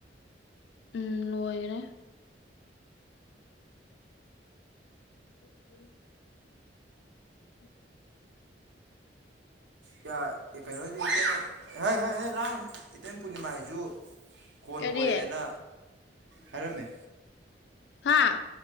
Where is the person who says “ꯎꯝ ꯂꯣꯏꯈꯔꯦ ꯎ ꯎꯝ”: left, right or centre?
Left